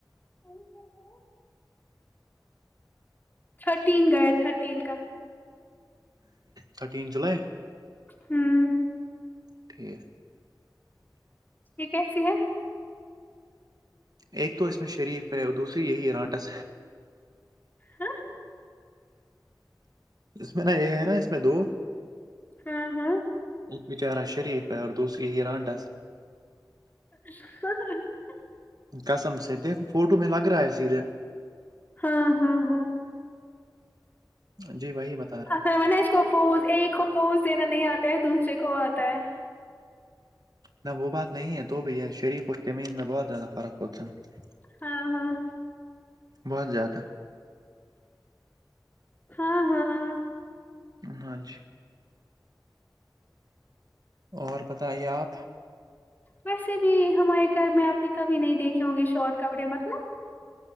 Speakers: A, on the left (about 25°); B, on the right (about 60°).
A: <unintelligible> تھرٹین گیا تھرٹین کا
B: تھرٹین جولائی
A: ہوں
B: ٹھیک
A: یہ کیسی ہے
B: ایک تو ا اس میں شریف پہ اور دوسری یہی رانٹس
A: ہاں
B: اس میں نا یہ ہے نا اس میں دو
A: ہاں ہاں
B: ایک بچارہ شریف ہے اور دوسری رانٹس
A: ہ ہ ہ
B: قسم سے دیکھو فوٹو میں لگ رہا ہے سیدھے
A: ہاں ہاں ہاں
B: جی وہی بت
A: اصل میں نے اس کو پوز ایک کو پوز دینا نہیں آتا ہے دوسرے کو آتا ہے
B: نہ وہ بات نہیں ہے تو بھی ہے شریف اور کمین میں بہت زیادہ فرق ہوتا ہے
A: ہاں ہاں
B: بہت زیادہ
A: ہاں ہاں
B: ہاں جی اور بتائیے آپ
A: ویسے بھی ہمارے گھر میں آپ نے کبھی نہیں دیکھے ہوں گے شارٹ کپڑے مطلب